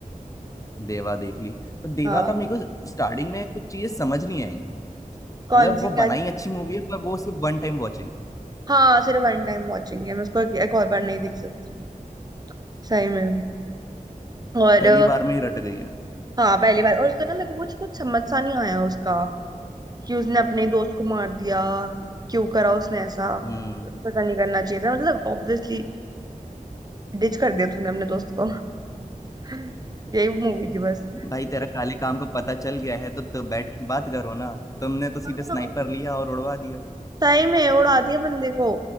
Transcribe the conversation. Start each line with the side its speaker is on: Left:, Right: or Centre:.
Left: देवा देख ली पर देवा
Right: हाँ
Left: का मेरे को स्टार्टिंग में कुछ चीजें समझ नहीं आई मतलब
Right: कौन सी
Left: वो
Right: क्या
Left: बनाई अच्छी मूवी है पर वो सिर्फ वन टाइम वॉचिंग है
Right: हाँ सिर्फ वन टाइम वॉचिंग है मैं उसको एक एक और बार नहीं देख सकती सही में और
Left: पहली
Right: अ,
Left: बार में ही रट गई है
Right: हाँ पहली बार और उसका ना मेरे को कुछ कुछ समझ सा नहीं आया उसका कि उसने अपने दोस्त को मार दिया क्यों करा उसने ऐसा
Left: हम्म
Right: पता नहीं करना चाहिए था मतलब ऑब्वियसली डिच कर दिया तूने अपने दोस्त को <laughs> यही मूवी थी बस
Left: भाई तेरा काले काम को पता चल गया है तो, तो बैठ के बात करो ना तुमने तो सीधे
Right: हाँ
Left: स्नाइपर लिया और उड़वा दिया
Right: सही में उड़ा दिया बंदे को